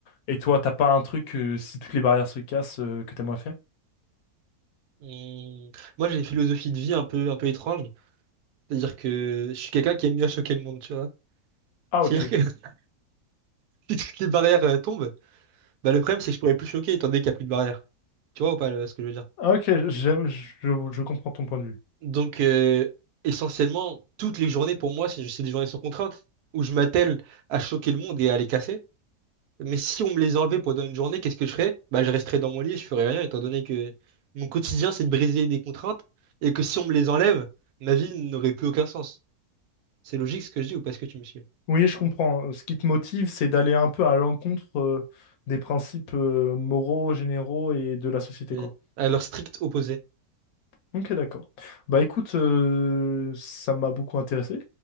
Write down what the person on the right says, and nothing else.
Hmm, Moi, j'ai une philosophie de vie un peu, un peu étrange. C'est-à-dire que je suis quelqu'un qui aime bien choquer le monde, tu vois.
C'est-à-dire
que <laughs> si toutes les barrières euh, tombent, bah, le problème, c'est que je pourrais plus choquer étant donné qu'il n'y a plus de barrières. Tu vois ou pas le- ce que je veux dire?
Donc, euh, essentiellement, toutes les journées, pour moi, c'est c'est des journées sans contrainte où je m'attelle à choquer le monde et à les casser. Mais si on me les enlevait pendant une journée, qu'est-ce que je ferais? Bah, je resterais dans mon lit, je ferais rien, étant donné que mon quotidien, c'est de briser des contraintes et que si on me les enlève, ma vie n'aurait plus aucun sens. C'est logique ce que je dis ou pas ce que tu me suis?
Oui.
À leur strict opposé.